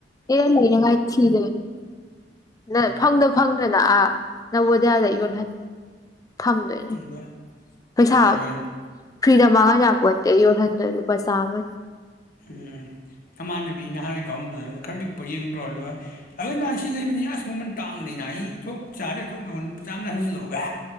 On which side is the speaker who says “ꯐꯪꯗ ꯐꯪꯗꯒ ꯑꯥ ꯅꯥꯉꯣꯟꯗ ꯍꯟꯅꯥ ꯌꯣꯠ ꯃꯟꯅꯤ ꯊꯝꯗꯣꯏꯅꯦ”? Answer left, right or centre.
Left